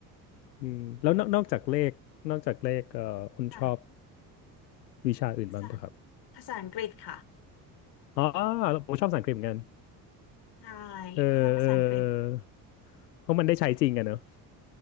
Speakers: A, on the left; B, on the left.
A: อืม แล้วนอกนอกจากเลข นอกจากเลขเอ่อคุณชอบ
B: ค่ะ
A: วิชาอื่นบ้างปะครับ
B: ภาษาภาษาอังกฤษค่ะ
A: อ๋อผมชอบภาษาอังกฤษเหมือนกัน
B: ใช่
A: เออเออ
B: เราภาษาอังกฤษ
A: เออ เพราะมันได้ใช้จริงอะเนอะ